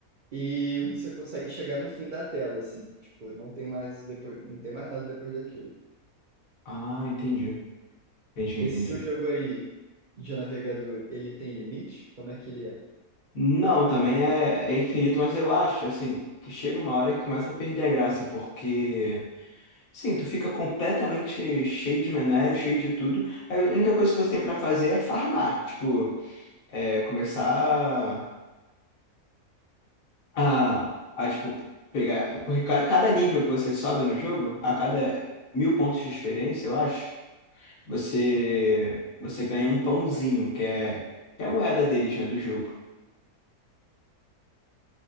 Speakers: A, on the right (about 75°); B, on the left (about 65°).
A: e você consegue chegar no fim da tela, assim. Tipo, não tem mais depois, não tem mais nada depois daquilo.
B: Ah, entendi. Entendi,
A: Esse
B: entendi.
A: seu jogo aí de navegador, ele tem limite? Como é que ele é?
B: Não, também é, é infinito, mas eu acho, assim, que chega uma hora que começa a perder a graça, porque, sim, tu fica completamente cheio de minério, cheio de tudo. Aí A única coisa que você tem pra fazer é farmar, tipo, é começar. a, a tipo, pegar. Porque ca- cada nível que você sobe no jogo, a cada mil pontos de experiência, eu acho, você, você ganha um pãozinho, que é, que é a moeda deles, né, do jogo.